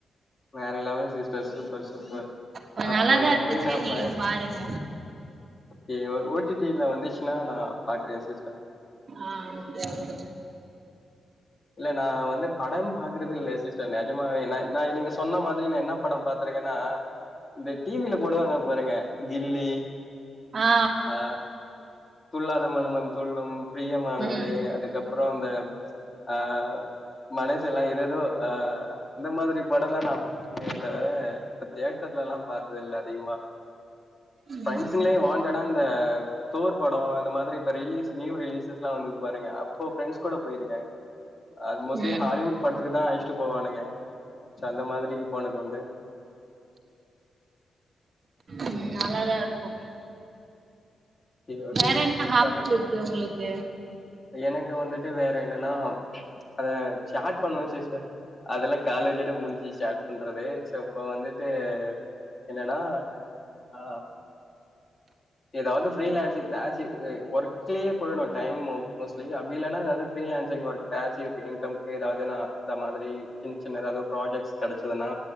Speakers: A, on the left (about 20°); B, on the right (about 40°).
A: வேற லெவல் சிஸ்டர் சிம் சூப்பர்
B: கொஞ்ச
A: அப்ப
B: நல்லாதா
A: அந்த
B: இருந்துச்சு
A: மூவி நா
B: நீங்க
A: பாக்
B: பாருங்க
A: ஐய்யய்யோ ஓடி டி ல வந்துச்சுன்னா நா பாக்குறேன் சிஸ்டர்
B: அ ஓகே ஓகே
A: இல்ல நா வந்து படம் பாக்குறது இல்ல சிஸ்டர் நெஜமாவே ந நா நீங்க சொன்ன மாதிரி நா என்ன படம் பாத் திருக்கன்னா இந்த டிவில போடுவாங்க பாருங்க கில்லி
B: ஆ
A: அ துள்ளாத மனமும் துள்ளும், ப்ரியமானவளே
B: ம்
A: அதுக்கப்பறோ அந்த அ மனசெல்லா ஏதேதோ அ இந்த மாதிரி படந்தா நா பாப்பேனே தவர இப்ப தேட்டர்ல எல்லா பாத்தது இல்ல அதிகமா
B: ம்
A: ப்ரெண்சுங்களே வான்டடா இந்த தோர் படோ அந்த மா ரி இப்ப ரிலீஸ் நியூ ரிலீசஸ்ல்லா வந்துருக்கு பாருங்க அப்போ ஃப்ரெண்ட்ஸ் கூட போயிருக்கே. அது மோஸ்ட்லி
B: ம்
A: ஹாலிவுட் படத்துக்கு தா அழைச்சுட்டு போவானுங்க சோ அந்த மாதிரி போனது உண்டு.
B: ம் நல்லாதா இருக்கு.
A: ஓகே ஓகே
B: வேற
A: சிஸ்டர்
B: என்ன <unintelligible>
A: சரக்கு
B: இருக்கு உங்களுக்கு
A: எனக்கு வந்துட்டு வேற என்னன்னா அத சேட் பண்ணுவே சிஸ்டர். அதெல்லா காலேஜ் ஓட முடிஞ்சிச்சு பன்றதே சோ இப்போ வந்துட்டு என்னன்னா அ எதாவது ஃப்ரீலான்சிங் பேஸி வர்க்லயே போய்டு டைம் மோ மோஸ்லி அப்டி இல்லன்னா எதாவது ஃப்ரீலான்சிங் வர்க் பேசிவ் இன்கம்க்கு எதாவது நா அந்த மாதிரி சின்ன சின்ன எதாவது ப்ராஜெக்ட்ஸ் கெடச்சு கெடச்சதுனா